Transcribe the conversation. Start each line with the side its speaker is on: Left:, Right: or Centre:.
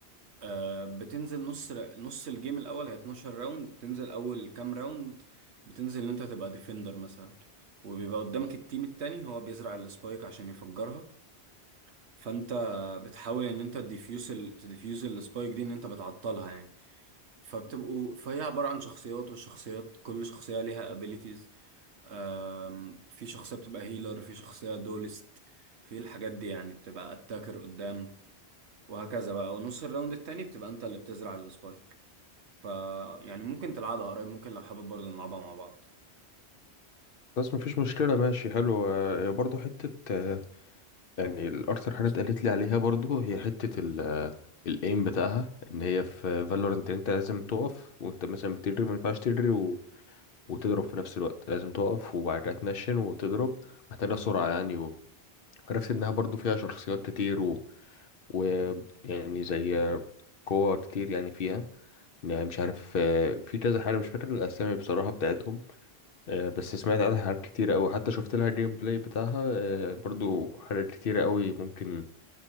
Right: آه، بتنزل نص نص الجيم الاول هي 12 راوند بتنزل اول كام راوند بتنزل ان انت تبقى ديفندر مثلا وبيبقى قدامك التيم التاني هو بيزرع السبايك عشان يفجرها فانت بتحاول ان انت تديفيوز ال- تديفيوز السبايك دي ان انت بتعطلها يعني فبتبقوا فهي عبارة عن شخصيات والشخصيات كل شخصية ليها abilities آم، في شخصية بتبقى هيلر في شخصية دولست في الحاجات دي يعني بتبقى اتاكر قدام وهكذا بقى ونص الراوند التاني بتبقى انت اللي بتزرع السبايك ف يعني ممكن تلعبها قريب ممكن لو حابب برضه نلعبها مع بعض
Left: بس مفيش مشكله ماشي حلو آه، برضه حته آه، يعني الاكتر حاجه اتقالت لي عليها برضه هي حته ال آه، الايم بتاعها ان هي في فالورنت انت لازم تقف وانت مثلا بتجري ما ينفعش تجري و... وتضرب في نفس الوقت لازم تقف وبعد كده تنشن وتضرب محتاجه سرعه يعني و... وعرفت انها برضه فيها شخصيات كتير و... و يعني زي قوة كتير يعني فيها يعني مش عارف آه، في كذا حاجة مش فاكر الأسامي بصراحة بتاعتهم آه، بس سمعت عنها حاجات كتيرة أوي حتى شفت لها جيم بلاي بتاعها آه، برضو حاجات كتيرة أوي ممكن